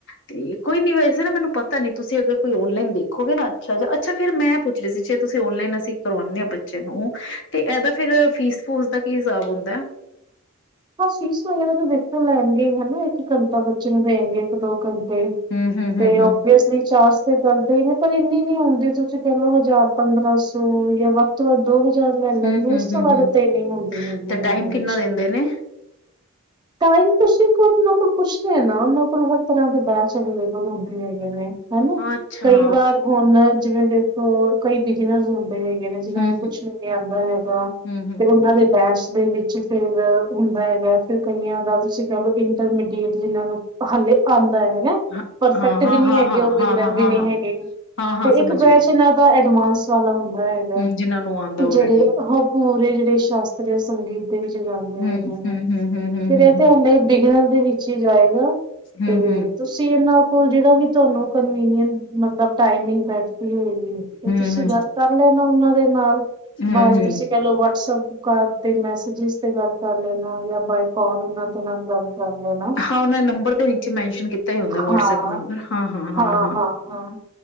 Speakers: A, on the left; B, on the right.
A: ਤੇ ਕੋਈ ਨੀ ਵੈਸੇ ਨਾ ਮੈਨੂੰ ਪਤਾ ਨੀ ਤੁਸੀਂ ਕੋਈ ਓਨਲਾਈਨ ਦੇਖੋਗੇ ਨਾ ਅੱਛਾ ਜਿਹਾ। ਅੱਛਾ ਫੇਰ ਮੈਂ ਪੁੱਛ ਰਹੀ ਸੀ ਜੇ ਤੁਸੀਂ ਓਨਲਾਈਨ ਅਸੀਂ ਕਰਵਾਉਦੇ ਹਾਂ ਬੱਚੇ ਨੂੰ ਤੇ ਇਹਦਾ ਫੇਰ ਫੀਸ-ਫੂਸ ਦਾ ਕਿ ਹੁੰਦਾ
B: ਹਾਂ ਫੀਸ ਵਗੈਰਾ ਤਾਂ ਦੇਖੋ ਲੈਣਗੇ ਹੀ ਹਨਾ ਇੱਕ ਘੰਟਾ ਬੱਚੇ ਨੂੰ ਦੇਣਗੇ ਇੱਕ- ਦੋ ਘੰਟ
A: ਹੂੰ, ਹੂੰ, ਹੂੰ,
B: ਤੇ
A: ਹੂੰ,
B: ਓਬਵੀਅਸਲੀ ਚਾਰ ਕਰਦੇ ਨੇ ਪਰ ਇੰਨੀ ਨੀ ਆਉਂਦੀ ਤੁਸੀਂ ਕਹਿ ਲਓ ਹਜ਼ਾਰ- ਪੰਦਰਾਂ ਸੌ ਜਾਂ ਵੱਧ ਤੋਂ ਵੱਧ ਦੋ ਹਾਜਰ ਲੈ ਲੈਂਦੀ
A: ਹੂੰ, ਹੂੰ,
B: ਉਸ ਤੋਂ
A: ਹੂੰ,
B: ਬਾਅਦ
A: ਹੂੰ
B: ਤੇ ਇਨੀ ਹੁੰਦੀ ਹੈਗੀਔੱਂਂਂਂਂ
A: ਤੇ
B: ਇਹਨਾਂ
A: ਟਾਈਮ
B: ਦੇ
A: ਕਿੰਨਾ
B: ਵਿੱਚ
A: ਦਿੰਦੇ ਨੇ?
B: ਟਾਈਮ ਤੁਸੀਂ ਉਹਨਾਂ ਕੋਲ ਪੁੱਛਦੇ ਨਾ ਉਹਨਾਂ ਕੋਲ ਹਰ ਤਰ੍ਹਾਂ ਦੇ ਬੈਚ ਅਵੇਲੇਬਲ ਹੁੰਦੇ ਹੈਗੇ ਨੇ ਹਨਾ,
A: ਅੱਛਾ
B: ਕਈ
A: ਹਾਂ,
B: ਵਾਰ ਹੁਣ ਜਿਵੇਂ ਦੇਖੋ ਕੋਈ ਬਿਜ਼ਨਸ ਹੁੰਦਾ ਹੈਗੇ ਨੇ ਜਿਹਨਾਂ
A: ਹੂੰ,
B: ਨੂੰ ਕੁਛ ਨੀ ਨੀ ਆਉਂਦਾ ਹੈਗਾ
A: ਹੂੰ, ਹੂੰ
B: ਤੇ ਉਹਨਾਂ ਦੇ ਬੈਸ ਦੇ ਵਿੱਚ ਫੇਰ, ਹੁੰਦਾ ਹੈਗਾ ਫਿਰ ਕਈਆਂ ਦਾ ਤੁਸੀਂ ਕਹਿ ਲਓ ਇੰਟਰਮੀਡੀਏਟ ਜਿਹਨ੍ਹਾਂ ਨੂੰ ਹਾਲੇ ਹੈਗਾ,
A: ਹਾਂ,
B: ਪਰਫੈਕਟ
A: ਹਾਂ, ਹਾਂ,
B: ਵੀ ਨਹੀਂ
A: ਹਾਂ,
B: ਹੈਗੇ ਓਹ ਬਿਗਨਰ
A: ਹਾਂ, ਹਾਂ, ਹਾਂ,
B: ਵੀ
A: ਹਾਂ,
B: ਨੀ
A: ਹਾਂ,
B: ਹੈਗੇ।
A: ਹਾਂ,
B: ਤੇ
A: ਹਾਂ ਸਮਝ
B: ਇੱਕ ਬੈਚ
A: ਗਏ।
B: ਇਹਨਾਂ ਦਾਯ ਮਾਸ ਵਾਲਾ ਹੁੰਦਾ। ਹੈਗਾ।
A: ਹੂੰ, ਜਿਹਨਾਂ ਨੂੰ ਆਉਂਦਾ
B: ਜਿਹੜੇ
A: ਔਲਰੇਡੀ
B: ਉਹ ਪੂਰੇ ਜਿਹੜੇ ਸ਼ਾਸਤਰੀਯ ਸੰਗੀਤ ਵਿੱਚ ਜਾਂਦੇ
A: ਹੂੰ,
B: ਹੈਗੇ
A: ਹੂੰ,
B: ਨੇ
A: ਹੂੰ, ਹੂੰ, ਹੂੰ,
B: ਫਿਰ
A: ਹੂੰ, ਹੂੰ,
B: ਇਹ ਤੇ ਹਾਲੇ ਬਿਗਨਲ ਦੇ ਵਿੱਚ ਹੀ ਜਾਏਗਾ।
A: ਹੂੰ,
B: ਤੇ
A: ਹੂੰ।
B: ਤੁਸੀਂ ਇਨਾ ਉਹ ਜਿਹੜਾ ਵੀ ਤੁਹਾਨੂੰ ਕਨਵੀਨੀਂਨ ਮਤਲਬ ਟਾਈਮ ਬੈਠਦੀ ਹੋਏਗੀ ਤੇ
A: ਹੂੰ-ਹੂੰ,
B: ਤੁਸੀਂ ਗੱਲ ਕਰ ਲਿਆ ਨਾ ਉਹਨਾਂ ਦੇ ਨਾਲ,
A: ਹੂੰ-ਹੂੰ।
B: ਬਾਏ ਤੁਸੀਂ ਕਹਿ ਲੋ ਵਟਸਪ ਤੇ ਮੈਸੇਜਿਸ ਤੇ ਗੱਲ ਕਰ ਲੈਣਾ ਜਾਂ ਬਾਈਕ ਕਾਲ ਉਹਨਾਂ ਦੇ ਨਾਲ ਗੱਲ ਕਰ ਲੈਣਾ,
A: ਹਾਂ ਉਹਨਾਂ ਨੰਬਰ ਦੇ ਨੀਚੇ ਮੈਨਸ਼ਨ ਕੀਤਾ ਹੀ ਹੁੰਦਾ ਵਟਸਐਪ
B: ਹਾਂ,
A: ਨੰਬਰ ਹਾਂ-ਹਾਂ-ਹਾਂ-ਹਾਂ।
B: ਹਾਂ ਹਾਂ ਹਾਂ,